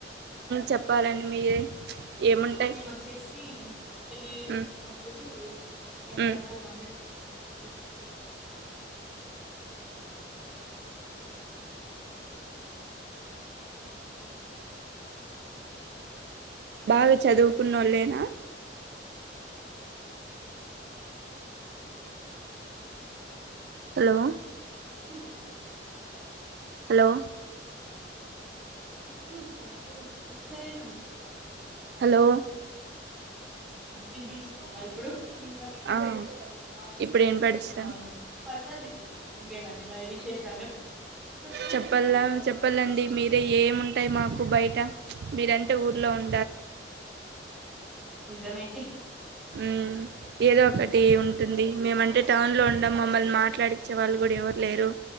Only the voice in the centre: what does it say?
మేము వచ్చేసి పెళ్ళి
అప్పుడు రకరకాల
వంటలు చూపిస్తాం ఐస్ క్రీమ్
వచ్చిందా
చ్చూడి పడుతలే <unintelligible>
వినపడిస్థా మరి ఇప్పుడు <unintelligible>
ఇంకేమండి మరి విశేషాలు పడతలేదు,
ప్యాంటే కదా.
నిజమే